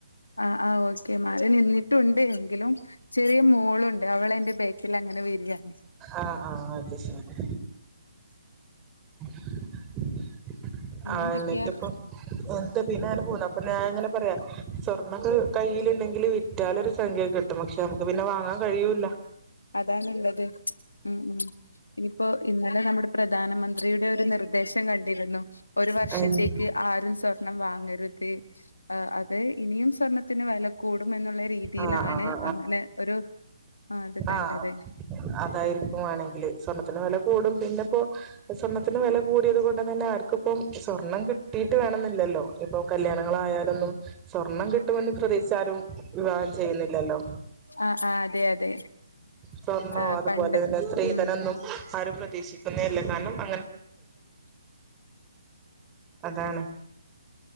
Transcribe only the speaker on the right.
ആഹ് ആഹ് അത് ശരി <unintelligible> ആഹ
എന്നിട്ട് ഇപ്പം എന്താ പിന്നെ അങ്ങന പോന്നു അപ്പൊ ഞാൻ ഇങ്ങന പറയാ സ്വർണ്ണൊക്ക്‌ കയ്യിലുണ്ടെകില് റ്റാലൊരു സംഖ്യ കിട്ടും പക്ഷെ നമുക്ക് പിന്നെ വാങ്ങാൻ കഴിയൂല
ഉം
ആഹ് ആഹ്
ആ അതായിരിക്കും വാണെങ്കില് സ്വർണ്ണത്തിന് വെല കൂടും പിന്നെപ്പോ സ്വർണത്തിന് വെല കൂടിയത് കൊണ്ട് തന്നെ ആർക്കിപ്പം സ്വർണ്ണം കി കിട്ടീട്ട് വേണന്നില്ലല്ലോ ഇപ്പൊ കല്യാണം ആയാലോ സ്വർണ്ണം കിട്ടുമെന്ന് പ്രതീക്ഷിച്ചാരും വിവാഹം ചെയ്യുന്നില്ലല്ലോ
സ്വർണോ
അതുപോലെ
തന്നെ സ്ത്രീധനൊന്നും
ആരും പ്രതീക്ഷിക്കുന്നേ ഇല്ല കാരണം അ അതാണ്